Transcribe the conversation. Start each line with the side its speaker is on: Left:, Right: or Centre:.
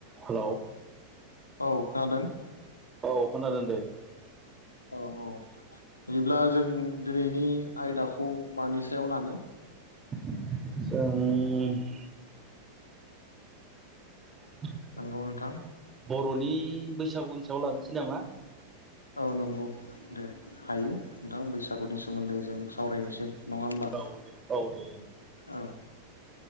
Right: Hello
Left: औ खोनादों
Right: औ खोनादों दे
Left: औ औ बिदिब्ला जों दिनैनि आयदाखौ मानि सायाव लानो
Right: जों <inaudible>
Left: नंगौ नोंथां
Right: बर'नि बैसागुनि सायाव लानोसै नामा
Left: औ नंगौ दे हायो नोंथां बैसागुनि सोमोन्दै जों सावरायनोसै नङा होमबा
Right: औ दे औ दे
Left: औ